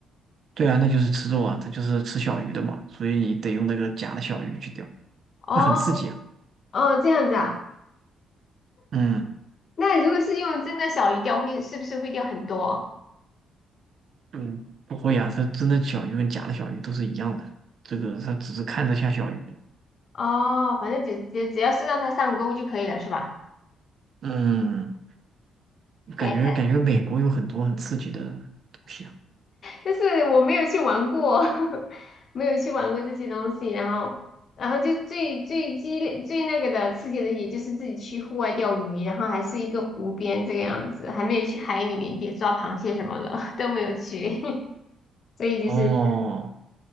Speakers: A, on the right; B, on the left.
A: 对啊，那就是吃肉啊，它就是吃小鱼的嘛，所以你得用那个假的小鱼去钓，
B: 哦，
A: 那很刺激啊。
B: 哦，这样子啊。
A: 嗯
B: 那如果是用真的小鱼钓，会是不是会钓很多？
A: 嗯，不会呀啊，它真的小鱼跟假的小鱼都是一样的，这个它只是看着像小鱼。
B: 哦，反正只只只要是让它上钩就可以了，是吧？
A: 嗯，
B: 哎，
A: 感觉感觉美国有很多很刺激的东西啊。
B: 但是我没有去玩过，<laughs> 没有去玩过这些东西。然后，然后就最最激烈、最那个的刺激的，也就是自己去户外钓鱼，然后还是一个湖边这个样子，还没有去海里面钓抓螃蟹什么的 <laughs> 都没有去，<laughs> 所以就是。
A: 哦，